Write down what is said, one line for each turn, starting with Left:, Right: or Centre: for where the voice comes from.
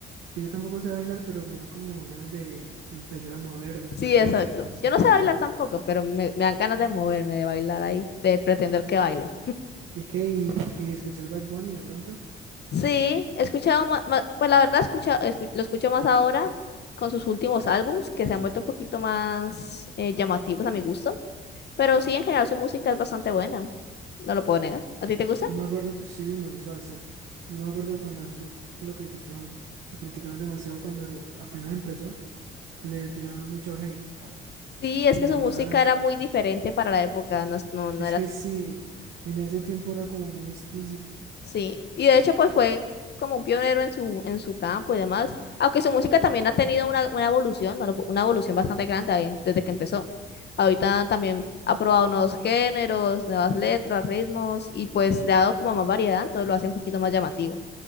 Right: Que yo tampoco sé bailar, pero me da como ganas de, de empezar a moverme
Left: Sí,
Right: cuando
Left: exacto.
Right: les cuando escucho
Left: Yo no sé
Right: bachata.
Left: bailar tampoco, pero me, me dan ganas de moverme, de bailar ahí, de pretender que bailo.
Right: ¿Y qué? ¿Y, y escuchar Bad Bunny de pronto?
Left: Sí, he escuchado más, pues la verdad escucha- escu- lo escucho más ahora con sus últimos álbums, que se han vuelto un poquito más eh, llamativos a mi gusto, pero sí, en general su música es bastante buena, no lo puedo negar. ¿A ti te gusta?
Right: Yo me acuerdo, sí, me gusta bastante. Yo me acuerdo cuando antes lo criticaban, lo criticaban demasiado cuando apenas empezó, le tiraban mucho hate.
Left: Sí, es
Right: Y
Left: que
Right: ahora,
Left: su música era muy diferente para la época, no, es- no, no
Right: es
Left: era
Right: que sí, en ese tiempo era como muy explícito,
Left: Sí, y de hecho pues fue como un pionero en su, en su campo y demás, aunque su música también ha tenido una, una evolución, ¿no? una evolución bastante grande eh, desde que empezó. Ahorita también ha probado nuevos géneros, nuevas letras, ritmos y pues le ha dado como más variedad, entonces lo hace un poquito más llamativo.